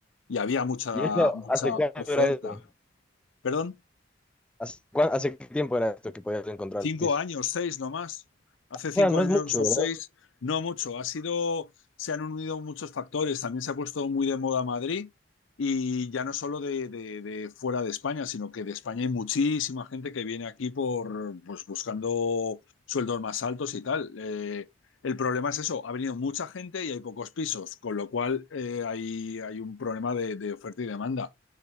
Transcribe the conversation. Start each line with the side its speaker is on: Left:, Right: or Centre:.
Left: Y había mucha,
Centre: ¿Y esto
Left: mucha
Centre: hace cuánto
Left: oferta.
Centre: era este?
Left: ¿Perdón?
Centre: ¿Hace, cuán- hace qué tiempo era esto que podías encontrar
Left: Cinco
Centre: el piso?
Left: años, seis nomás. Hace
Centre: O
Left: cinco
Centre: sea, no
Left: años
Centre: es mucho,
Left: o seis,
Centre: ¿verdad?
Left: no mucho. Ha sido, se han unido muchos factores. También se ha puesto muy de moda Madrid y ya no solo de, de, de fuera de España, sino que de España hay muchísima gente que viene aquí por, pues, buscando sueldos más altos y tal. Eh, el problema es eso, ha venido mucha gente y hay pocos pisos, con lo cual eh, hay, hay, un problema de, de oferta y demanda.